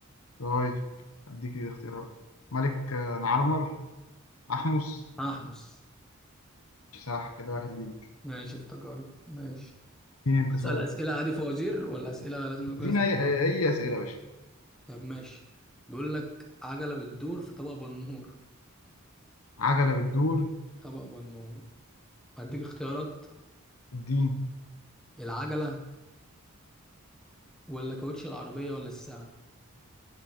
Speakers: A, on the left; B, in the centre.
A: طيب اديك اختيارات ملك آه، نعرمر احمس
B: هحمص
A: صح كده واحد ليك
B: ماشي افتكرت ماشي
A: اديني انت
B: اسأل
A: سؤال
B: أسئلة عادي فوازير ولا أسئلة لازم تكون
A: ادينا
B: أسئلة
A: اي اي اسئله يا باشا
B: طب ماشي بيقول لك عجلة بتدور في طبق بنور
A: عجله بتدور
B: في طبق بنور هديك اختيارات
A: الدين
B: العجلة ولا كاوتش العربية ولا الساعة